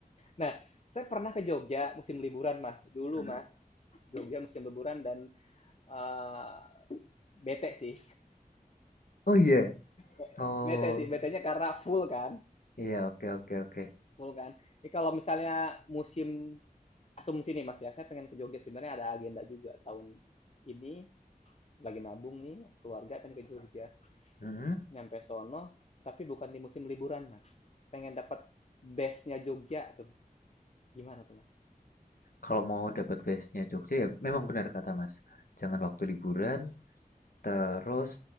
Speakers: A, on the left; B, on the left.
A: Nah, saya pernah ke Jogja musim liburan Mas, dulu
B: Mhm.
A: Mas. Jogja musim liburan dan eh, bete sih.
B: Oh iya.
A: Be-
B: Oh
A: Bete sih, betenya karena full kan,
B: iya oke oke oke.
A: full kan. Jadi kalau misalnya musim asumsi nih Mas ya, saya pengen ke Jogja sebenarnya ada agenda juga tahun ini lagi nabung nih keluarga pengen ke Jogja.
B: Mhm.
A: Nyampe sono, tapi bukan di musim liburan, Mas. Pengen dapat bestnya Jogja tuh, Mas. Gimana tuh, Mas?
B: Kalau mau dapat vibes-nya Jogja ya memang benar kata Mas. Jangan waktu liburan. Terus